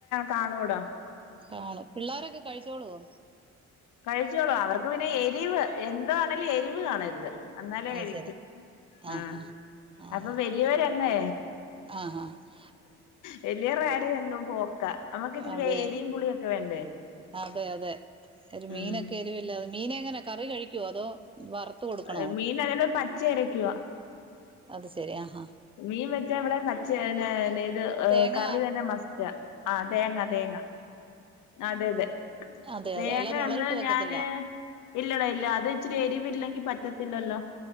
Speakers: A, on the left; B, on the right.
A: കാണുട.
B: കാണും പിള്ളാരൊക്കെ കഴിച്ചോളൂവൊ?
A: കഴിച്ചോളൂ അവർക്ക് പിന്നെ എരിവ് എന്തവാണേലും എരിവ് കാണരുത്. അന്നാലേ
B: അത്
A: കഴിക്കൂ
B: ശരി ആഹ്
A: ഉം
B: ആഹ്
A: അപ്പൊ വലിയൊരാങ്ങെ
B: ആഹ് ആഹ് ആഹ്
A: വലിയവർടെ കാര്യഅങ്ങ് പോക്ക നമ്മുക്ക് ഇച്ചിരി
B: അതെ
A: എരിയും പുളിയു ഒക്കെ വേണ്ടേ?
B: അതെ അതെ ഒരു മീനൊക്കെ
A: ഉം
B: എരിവിലാതെ മീന് എങ്ങനെ കറി കഴിക്കുവോ അതോ? വറുത്ത് കൊടുക്കണോ
A: ഏഹ് മീൻ അല്ലെല് പച്ചയരയ്കുവാ.
B: അത് ശരി ആഹ
A: മീൻ വെച്ചാ ഇവിടെ പച്ച എന്നാ പിന്നെ ഇത്. ഏഹ്
B: തേങ്ങ
A: കറി തന്നെ മസ്റ്റ് ആഹ് തേങ്ങ തേങ്ങ അതെ അതെ.
B: അതെ
A: തേങ്ങ
B: അതെ അല്ല മുളകിട്ട്
A: ഒന്ന്
B: വെക്കത്തില്ല
A: ഞാന് ഇലെടാ ഇല്ല അത് ഇച്ചിരി എരിവില്ലെങ്കി പറ്റത്തില്ലല്ലോ?